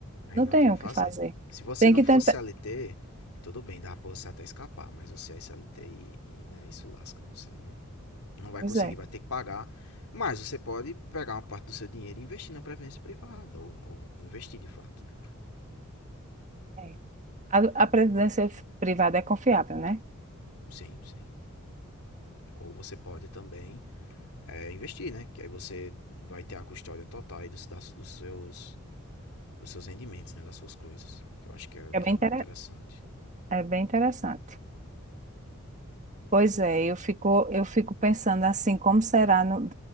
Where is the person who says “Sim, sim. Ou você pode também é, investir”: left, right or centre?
Left